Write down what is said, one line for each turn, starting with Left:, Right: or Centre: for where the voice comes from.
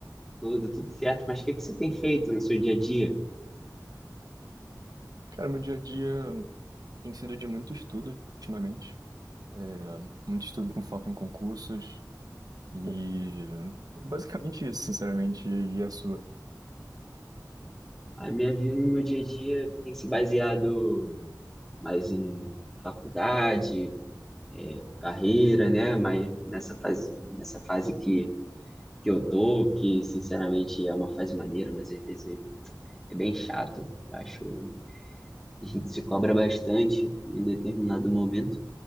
Centre: Tudo, tudo certo, mas o que que você tem feito no seu dia a dia?
Right: Cara, meu dia a dia tem sido de muito estudo ultimamente, é, muito estudo com foco em concursos e basicamente isso, sinceramente, e a sua?
Centre: A minha vida no meu dia a dia tem se baseado mais em faculdade, carreira, né? Mas nessa fase, nessa fase que, que eu tô, que sinceramente é uma fase maneira, mas às vezes é bem chato. Eu acho, a gente se cobra bastante em um determinado momento.